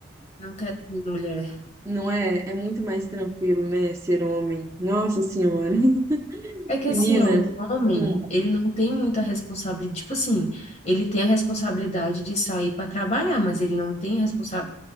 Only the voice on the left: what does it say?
Não quero ser mulher.
É que
assim, ó, o homem,
ele não tem muita responsabilidade. Tipo assim, ele tem a responsabilidade de sair para trabalhar, mas ele não tem responsa-